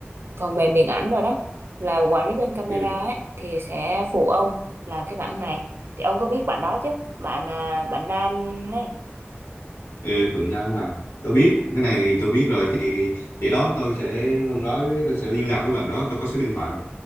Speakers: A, on the right (about 60°); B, on the left (about 75°).
A: phần mềm điện ảnh rồi đó là quản lý bên camera
B: ừ,
A: ấy, thì sẽ phụ ông làm cái bản này thì ông có biết bạn đó chứ bạn à, bạn nam này
B: ừ, vẫn làm hoàn tôi
A: ừ.
B: biết cái này thì tôi biết rồi thì để đó tôi sẽ hôm đó tôi sẽ liên lạc với bạn đó tôi có số điện thoại